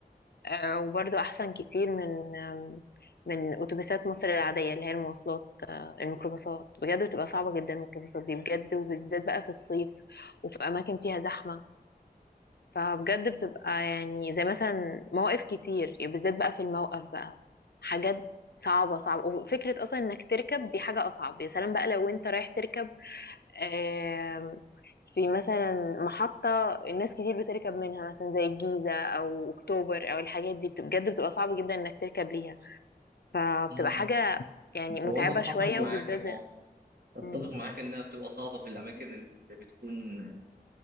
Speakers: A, on the left; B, on the right.
A: آه، وبرضو أحسن كتير من آم، من أتوبيسات مصر العادية اللي هي المواصلات آه، الميكروباصات بجد بتبقى صعبة جدا الميكروباصات دي بجد وبالذات بقى في الصيف وفي أماكن فيها زحمة فبجد بتبقى يعني زي مثلا مواقف كتير يعني بالذات بقى في الموقف بقى حاجات صعبة صعبة وفكرة أصلا إنك تركب دي حاجة أصعب يا سلام بقى لو أنت رايح تركب آم، في مثلا محطة الناس كتير بتركب منها مثلا زي الجيزة أو أكتوبر أو الحاجات دي بت- بجد بتبقى صعب جدا إنك تركب ليها فبتبقى
B: مم.
A: حاجة يعني متعبة
B: هو انا اتفق
A: شوية
B: معاك
A: وبالذات
B: اه
A: زي-
B: اتفق
A: مم،
B: معاك انها بتبقى صعبه في الاماكن اللي بتكون